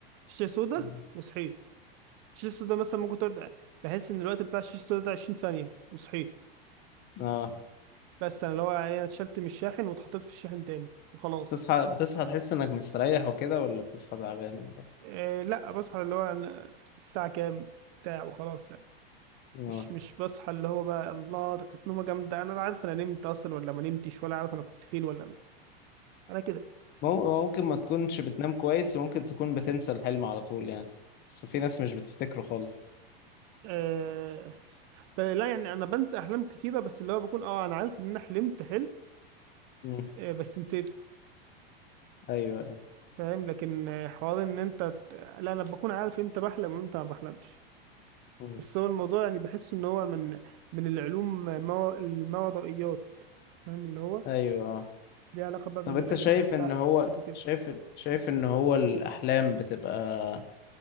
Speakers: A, on the right; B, on the left.
A: شاشه سودا
B: مم.
A: وصحيت الشاشه السودا مثلا ممكن تقعد بحس ان الوقت بتاع الشاشه السودا ده 20 ثانيه وصحيت
B: اه
A: بس انا اللي هو يعني أنا اتشلت من الشاحن واتحطيت في الشاحن تاني وخلاص
B: بتصحى بتصحى تحس انك مستريح وكده ولا بتصحى تعبان ولا إيه؟
A: إيه لا بصحى اللي هو أنا الساعه كام بتاع وخلاص يعني
B: اه
A: مش مش بصحى اللي هو بقى الله ده كانت نومه جامده انا لا عارف انا نمت اصلا ولا ما نمتش ولا عارف انا كنت فين ولا انا كده
B: مو- ممكن ما تكونش بتنام كويس وممكن تكون بتنسى الحلم على طول يعني بس في ناس مش بتفتكره خالص
A: إيه، ب- لا يعني انا بنسى احلام كتيره بس اللي هو بكون اه انا عارف ان انا حلمت حلم
B: مم.
A: آه، بس نسيته
B: ايوه ايوه
A: فاهم لكن آه، حوار ان انت ت- لا انا بكون عارف امتى بحلم وامتى ما بحلمش
B: مم.
A: بس هو الموضوع يعني بحس ان هو من من العلوم ما الماورائيات فاهم اللي هو
B: ايوه آه.
A: ليه علاقه بقى بال-
B: طب انت شايف
A: بالاشباح
B: ان هو
A: وكده
B: شايف شايف ان هو الاحلام بتبقى